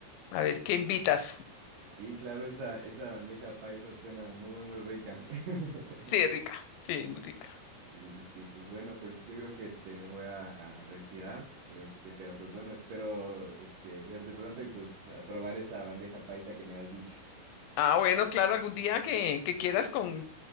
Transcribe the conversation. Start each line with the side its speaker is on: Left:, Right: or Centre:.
Left: A ver, ¿qué invitas?
Right: Sí, claro, esa, esa bandeja paisa suena muy, muy rica. <laughs>
Left: Sí, rica, sí, muy rica.
Right: Sí, sí, sí, pues bueno, pues yo creo que este me voy a, a retirar, este, pero pues bueno, espero este verte pronto y pues a probar esa bandeja paisa que me has dicho.
Left: Ah, bueno, claro, algún día que, que quieras con,